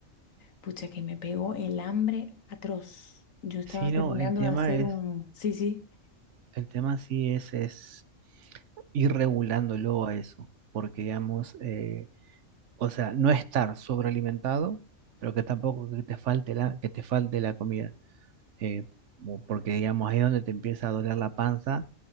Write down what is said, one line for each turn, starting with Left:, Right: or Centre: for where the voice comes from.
Left: pucha que me pegó el hambre atroz. Yo estaba
Right: Sí,
Left: terminando
Right: no, el tema
Left: de hacer
Right: es,
Left: un... Sí, sí.
Right: el tema sí es, es ir regulándolo a eso, porque digamos, eh, o sea, no estar sobrealimentado, pero que tampoco que te falte la, que te falte la comida. eh, o porque digamos ahí es donde te empieza a doler la panza